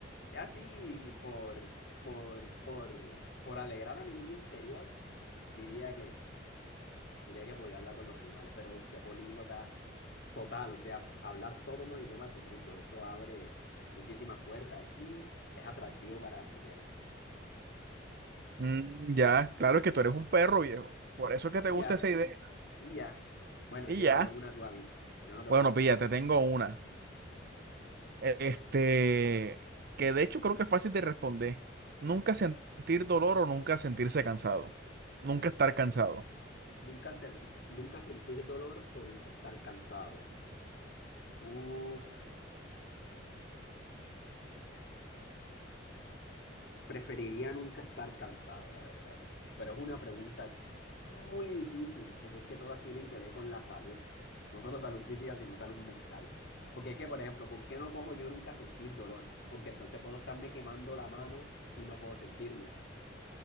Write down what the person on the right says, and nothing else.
Mm, ya,
claro es que tú eres un perro viejo. Por eso es que
te gusta
esa idea.
Y
ya.
Bueno,
pilla,
te
tengo una. E- Este, que de hecho creo que es fácil de responder. Nunca sentir dolor o nunca sentirse cansado. Nunca estar cansado.